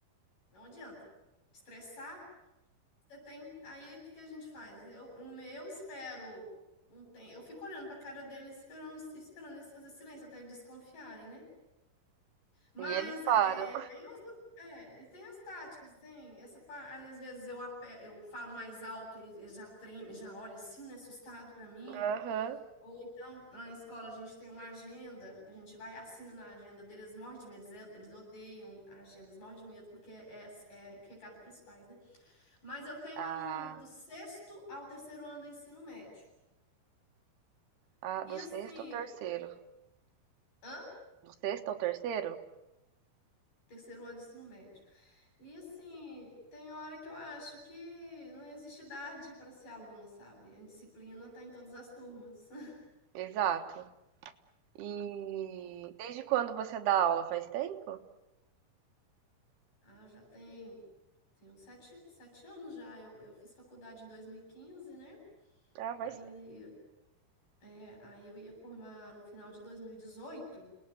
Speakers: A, on the left; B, on the right.
A: Não adianta. Estressar, você tem. Aí o que que a gente faz? Eu, um- eu espero um tempo. Eu fico olhando para a cara deles, esperando, esperando eles fazer silêncio até eles desconfiarem, né? Mas
B: E eles param.
A: é, eu, é, e tem as táticas, tem essa parte. Às vezes eu, ape- eu falo mais alto e e já treme, já olha assim, né, assustado para mim.
B: Aham.
A: Ou então, lá na escola, a gente tem uma agenda, que a gente vai e assina na agenda deles, morre de medo, eles eles odeiam agendas, morre de medo, porque é, é é recado para os pais, né? Mas eu tenho
B: Ah,
A: aluno do sexto ao terceiro ano do ensino médio.
B: ah,
A: E
B: do
A: assim,
B: sexto ao terceiro.
A: hã?
B: Do sexto ao terceiro?
A: Terceiro ano do ensino médio. E assim, tem hora que eu acho que não existe idade para ser aluno, sabe? A disciplina tá em todas as turmas. <laughs>
B: Exato. E desde quando você dá aula? Faz tempo?
A: Ah, já tem, tem uns sete, sete anos já. Eu, eu fiz faculdade em 2015, né?
B: Ah, faz
A: Aí,
B: tempo.
A: é, aí eu ia formar no final de 2018.